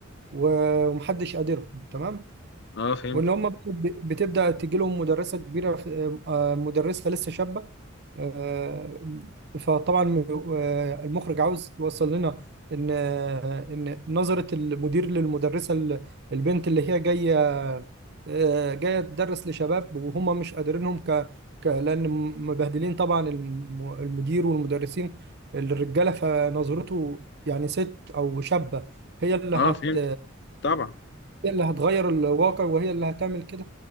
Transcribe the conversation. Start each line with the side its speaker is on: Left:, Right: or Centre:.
Right: و- ومحدش قادرهم تمام
Left: اه فهمت
Right: واللي هم بت- بتبدأ تجيلهم مدرسة كبيرة في- آه، مدرسة لسه شابة آه، فطبعا آه، المخرج عاوز يوصل لنا ان آه، ان نظرة المدير للمدرسة ال- البنت اللي هي جاية آه، جاية تدرس لشباب وهم مش قادرينهم ك ك- لأن مبهدلين طبعا الم- المدير والمدرسين الرجالة فنظرته يعني ست أو شابة هي اللي
Left: اه
Right: هت
Left: فهمت طبعا
Right: هي اللي هتغير الواقع وهي اللي هتعمل كده